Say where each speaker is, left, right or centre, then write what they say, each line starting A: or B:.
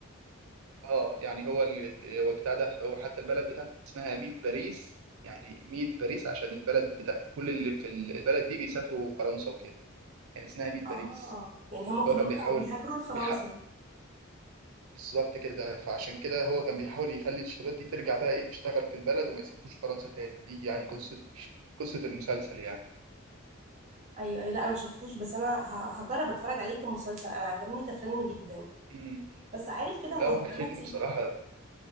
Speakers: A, on the right; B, on the right.
A: اه يعني هو اللي هو بتاع ده هو حتى البلد بتاعته كان اسمها ميت باريس يعني ميت باريس عشان البلد بتاع كل اللي في ال- البلد دي بيسافروا فرنسا وكده يعني اسمها ميت
B: اه
A: باريس
B: يعني هما كلهم
A: هو كان
B: كانوا
A: بيحاول
B: بيهاجروا لفرنسا
A: بيحقق بالظبط كده فعشان كده هو كان بيحاول يخلي الشباب دي ترجع بقى ايه تشتغل في البلد وما يسافروش فرنسا تاني دي يعني قصة قصة المسلسل يعني
B: ايوه ايوه لا انا ما شفتوش بس انا ه- هجرب اتفرج عليه كمسلسل انا عجبني كفيلم جدا
A: امم
B: بس عارف كده هو
A: لا هو
B: هيبقى
A: كفيلم
B: مدي
A: بصراحة